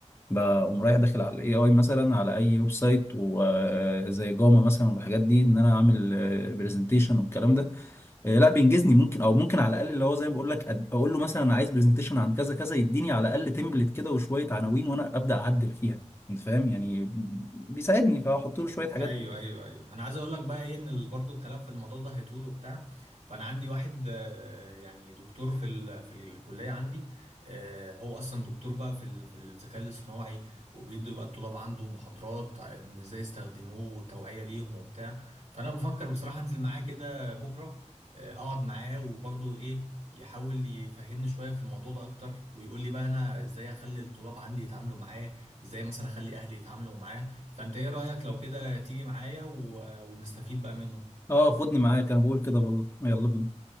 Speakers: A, on the left (about 20°); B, on the right (about 85°).
A: بقوم رايح داخل على الاي اي مثلا على اي ويب سايت وزي جاما مثلا والحاجات دي ان انا اعمل برزنتيشن والكلام ده آه، لا بينجزني ممكن او ممكن على الاقل اللي هو زي ما بقول لك أد- اقول له مثلا انا عايز برزنتيشن عن كذا كذا يديني على الاقل تمبلت كده وشويه عناوين وانا ابدا اعدل فيها انت فاهم يعني بيساعدني فاحط له شويه حاجات
B: ايوه ايوه ايوه انا عايز اقول لك بقى ايه ان ال- برضو الكلام في الموضوع ده هيطول وبتاع فانا عندي واحد آه، يعني دكتور في ال... في الكليه عندي آه، هو اصلا دكتور بقى في ال... في الذكاء الاصطناعي وبيدي بقى الطلاب عنده محاضرات عن ازاي يستخدموه والتوعيه ليهم وبتاع فانا بفكر بصراحه انزل معاه كده بكره آه، اقعد معاه وبرضو ايه يحاول يفهمني شويه في الموضوع ده اكتر ويقول لي بقى انا ازاي اخلي الطلاب عندي يتعاملوا معاه ازاي مثلا اخلي اهلي يتعاملوا معاه فانت ايه رأيك لو كده تيجي معايا و... ونستفيد بقى منه
A: اه خدني معاك انا بقول كده والله يلا بينا